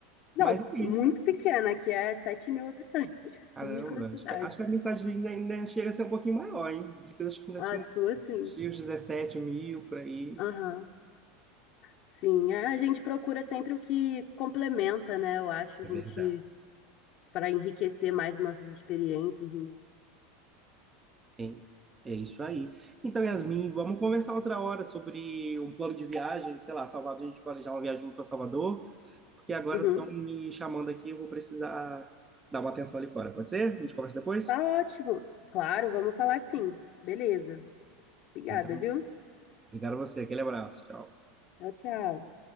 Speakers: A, on the left; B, on the right.
A: Não,
B: Mas é isso.
A: muito pequena, que é sete mil habitantes, <laughs>
B: Caramba,
A: microcidade.
B: acho que, acho que a minha cidade ainda, ainda chega a ser um pouquinho maior, hein? Dicas, acho que ainda
A: A
B: tinha,
A: sua, sim.
B: tinha uns 17 mil por aí.
A: Aham. Sim, é, a gente procura sempre o que complementa, né? Eu acho, a
B: É
A: gente,
B: verdade.
A: para enriquecer mais nossas experiências. né?
B: hein? É isso aí. Então, Yasmin, vamos conversar outra hora sobre um plano de viagem, sei lá, Salvador, a gente planejar uma viagem para Salvador, porque agora
A: Uhum.
B: estão me chamando aqui, eu vou precisar dar uma atenção ali fora, pode ser? A gente conversa depois?
A: Tá ótimo. Claro, vamos falar sim. Beleza. Obrigada,
B: Então,
A: viu?
B: obrigado a você, aquele abraço, tchau.
A: Tchau, tchau.